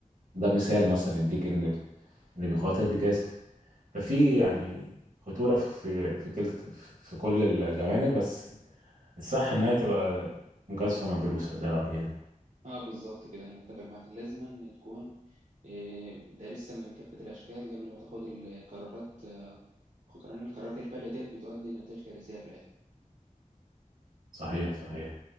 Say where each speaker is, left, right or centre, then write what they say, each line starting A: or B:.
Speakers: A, on the right; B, on the right.
A: ده مثال مثلا يديك ان ال- اللي بيخاطر بيجازف ففي يعني خطورة في في كلت في في كل الجوانب بس الصح ان هي تبقى مجازفة مدروسة ده رأيي يعني
B: اه بالظبط كده انا متفق معاك لازما تكون آه، دارسها من كافة الاشكال قبل ما تاخد القرارات آه، خد- لان القرارات الفادية ديت بتؤدي لنتائج كارثية في الآخر.
A: صحيح صحيح